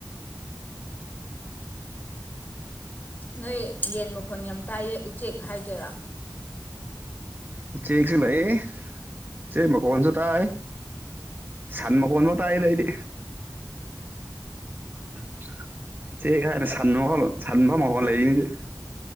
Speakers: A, on the left; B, on the right.
A: ꯅꯣꯏ ꯌꯦꯟ ꯃꯈꯣꯟ ꯌꯥꯝ ꯇꯥꯏꯌꯦ ꯎꯆꯦꯛ ꯍꯥꯏꯗꯣꯏꯔꯥ
B: ꯎꯆꯦꯛꯁꯨ ꯂꯩꯌꯦ ꯎꯆꯦꯛ ꯃꯈꯣꯟꯁꯨ ꯇꯥꯏ ꯁꯟ ꯃꯈꯣꯟꯕꯧ ꯇꯥꯏꯗ ꯑꯩꯗꯤ <unintelligible>